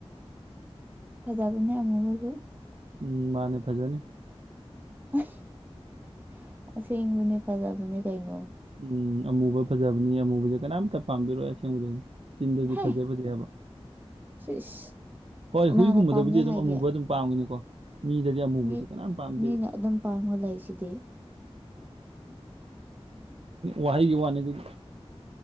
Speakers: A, on the right (about 15°); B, on the right (about 65°).
A: ꯐꯖꯕꯅꯦ ꯑꯃꯨꯕꯁꯨ
B: ꯎꯝ ꯃꯥꯅꯦ ꯐꯖꯅꯤ
A: <unintelligible> ꯑꯁꯦꯡꯕꯅꯦ ꯐꯖꯕꯅꯦ ꯀꯩꯅꯣ
B: ꯎꯝ ꯑꯃꯨꯕ ꯐꯖꯕꯅꯤ ꯑꯃꯨꯕꯁꯦ ꯀꯅꯥꯝꯇ ꯄꯥꯝꯕꯤꯔꯣꯏ ꯑꯁꯦꯡꯕꯗꯅꯤ ꯆꯤꯟꯗꯗꯤ
A: ꯍꯦ
B: ꯐꯖꯩ ꯐꯖꯩꯑꯕ
A: ꯁꯤꯁ
B: ꯍꯣꯏ
A: ꯀꯅꯥꯅ
B: ꯍꯨꯏꯒꯨꯝꯕꯗꯕꯨꯗꯤ
A: ꯄꯥꯝꯗꯦ
B: ꯑꯗꯨꯝ
A: ꯍꯥꯏꯒꯦ
B: ꯑꯃꯨꯕ ꯑꯗꯨꯝ ꯄꯥꯝꯒꯤꯅꯤꯀꯣ ꯃꯤꯗꯗꯤ ꯑꯃꯨꯕꯁꯤ
A: ꯃꯤ
B: ꯀꯅꯥꯝ ꯄꯥꯝꯗꯦꯕ
A: ꯃꯤꯅ ꯑꯗꯨꯝ ꯄꯥꯝꯃꯒ ꯂꯩꯁꯤꯗꯤ
B: ꯋꯥꯍꯩꯒꯤ ꯋꯥꯅꯤ ꯑꯗꯨꯗꯤ